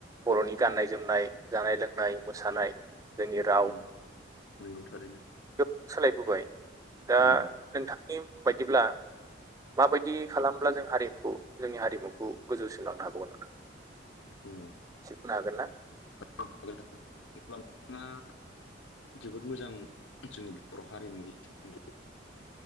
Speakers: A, on the right; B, on the left.
A: बर'नि गाननाय जोमनाय जानाय लोंनाय मोसानाय जोंनि राव
B: उम नंगौ थारैनो
A: गोब सोलायबोबाय दा
B: उम
A: नोंथांनि बायदिब्ला माबायदि खालाम अब्ला जों हारिखौ जोंनि हारिमुखौ गोजौसिनोलांनो हाबावगोन ना
B: उम
A: सिखनो हागोन ना
B: <unintelligible> जोबोद मोजां जोंनि बर' हारिमुनि सोमोन्दै